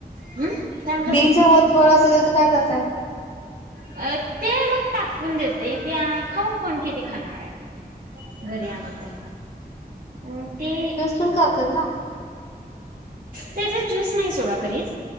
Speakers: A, on the right; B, on the left.
A: ह काय म्हटलं सा
B: त्याच्या वर फळ असेल त्याच काय करताय?
A: अ ते मग टाकून देतय. ते खाऊन कोन किती खाणार आहे. घरी आणच्या अ ते
B: तुम्ही करतात ना.
A: त्याचा ज्यूस नाही सोडा करीत